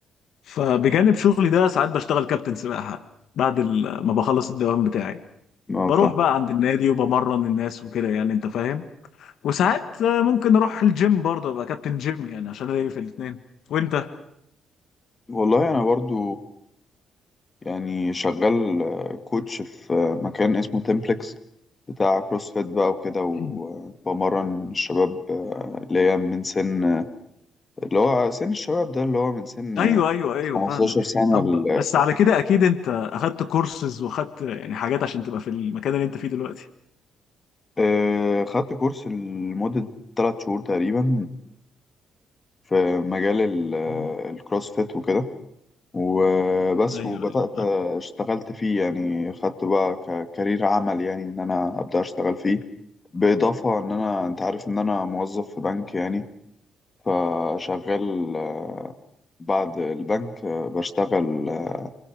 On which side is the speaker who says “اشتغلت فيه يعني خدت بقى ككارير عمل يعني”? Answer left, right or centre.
Left